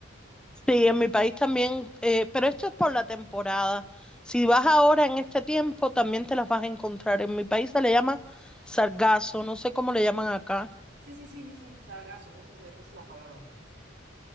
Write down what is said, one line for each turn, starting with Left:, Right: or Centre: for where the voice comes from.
Centre: Sí, en mi país también, eh, pero esto es por la temporada. Si vas ahora en este tiempo, también te las vas a encontrar. En mi país se le llama sargazo, no sé cómo le llaman acá.
Right: Sí, sí, sí, sí, sí, sargazo, esa es, esa es la palabra.